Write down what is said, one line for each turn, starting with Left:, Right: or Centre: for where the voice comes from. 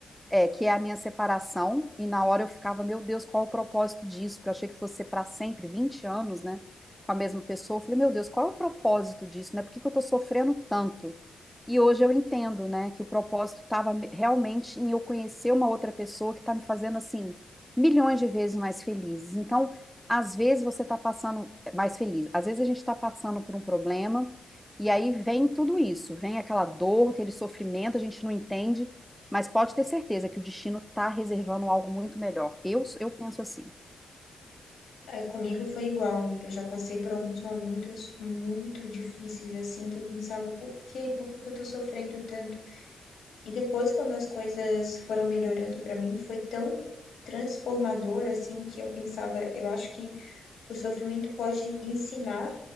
Centre: é, que é a minha separação, e na hora eu ficava, meu Deus, qual é o propósito disso? Porque eu achei que fosse ser para sempre, 20 anos, né, com a mesma pessoa. Eu falei, meu Deus, qual é o propósito disso, né? Por que que eu tô sofrendo tanto? E hoje eu entendo, né, que o propósito estava realmente em eu conhecer uma outra pessoa que tá me fazendo, assim, milhões de vezes mais felizes. Então, às vezes você tá passando é, mais feliz, às vezes a gente tá passando por um problema, e aí vem tudo isso, vem aquela dor, aquele sofrimento, a gente não entende. Mas pode ter certeza que o destino está reservando algo muito melhor. Eu, eu penso assim.
Left: É, comigo foi igual, amiga. Eu já passei por alguns momentos muito difíceis, assim, que eu pensava, por quê? Por que que eu tô sofrendo tanto? E depois, quando as coisas foram melhorando pra mim, foi tão transformador, assim, que eu pensava, eu acho que o sofrimento pode ensinar